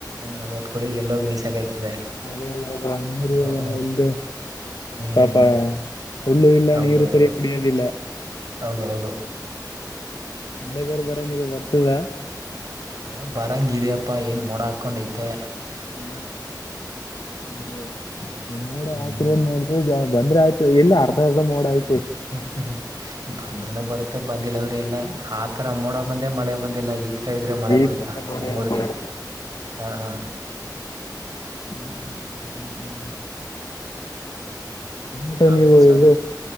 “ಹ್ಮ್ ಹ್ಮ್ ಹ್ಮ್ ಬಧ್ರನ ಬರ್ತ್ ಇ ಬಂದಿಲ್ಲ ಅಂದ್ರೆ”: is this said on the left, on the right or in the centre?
Right